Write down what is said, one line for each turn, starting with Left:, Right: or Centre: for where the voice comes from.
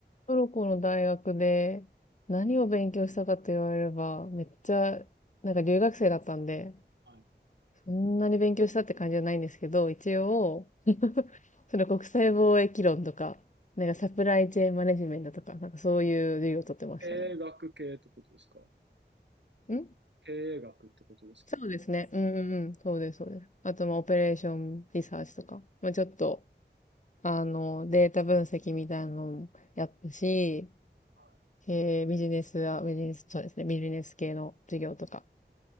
Left: トルコの大学で何を勉強したかと言われれば、めっちゃ、なんか留学生だったんで、
Right: はい
Left: そんなに勉強したって感じじゃないんですけど、一応、それ国際貿易論とか、なんかサプライチェーンマネジメントとか、なんかそういう授業を取ってましたね。
Right: 経営学系ってことですか
Left: ん
Right: 経営学ってことですかは
Left: そうですね。うんうんうん。そうです、そうです。あと、まあ、オペレーションリサーチとか、まあ、ちょっと、あの、データ分析みたいなのもやったし、
Right: い。
Left: えービジネスは、ビジネス、そうですね、ビジネス系の授業とか。